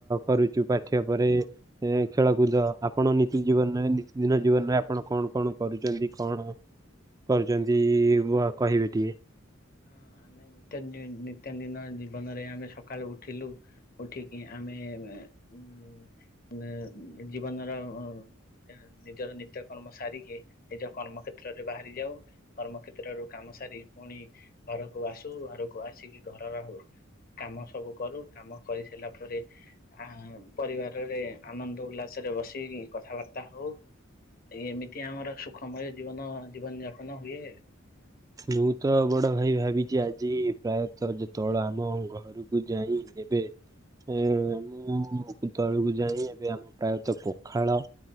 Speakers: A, on the right; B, on the left.
A: କରୁଛୁ ପାଠ୍ୟ ପରେ ଏ ଖେଳକୁଦ ଆପଣ ନିତି ଜୀବନରେ ନିତିଦିନ ଜୀବନରେ ଆପଣ କଣ କଣ କରୁଛନ୍ତି କଣ? କରୁଛନ୍ତି ବ କହିବେ ଟିକେ।
B: ହଁ ଆମେ ନିତ୍ୟ ନିତ୍ୟନ୍ଦିନ ଜୀବନରେ ଆମେ ସକାଳୁ ଉଠିଲୁ ଉଠିକି ଆମେ ଉ ଉଁ ଜୀବନର ଅ ନିଜର ନିତ୍ୟକର୍ମ ସାରିକି ନିଜ କର୍ମ କ୍ଷେତ୍ରରେ ବାହାରି ଯାଉ। କର୍ମ କ୍ଷେତ୍ରରୁ କାମ ସାରି ପୁଣି ଘରକୁ ଆସୁ ଘରକୁ ଆସିକି ଘରର କାମ ସବୁ କରୁ କାମ କରି ସାରିଲା ପରେ ଆ ପରିବାରରେ ଆନନ୍ଦ ଉଲ୍ଲାସରେ ବସିକି କଥାବାର୍ତ୍ତା ହଉ। ଏ ଏମିତି ଆମର ସୁଖମୟ ଜୀବନ ଜୀବନଯାପନ ହୁଏ।
A: ମୁଁ ତ ବଡ ଭାଇ ଭାବିଛି ଆଜି ପ୍ରାୟତଃ ଯେତେବେଳେ ଆମ ଘରକୁ ଯାଇ ନେବେ। ଏ ମୁଁ ତଳକୁ ଯାଇ ଏବେ ଆମେ ପ୍ରାୟତଃ ପଖାଳ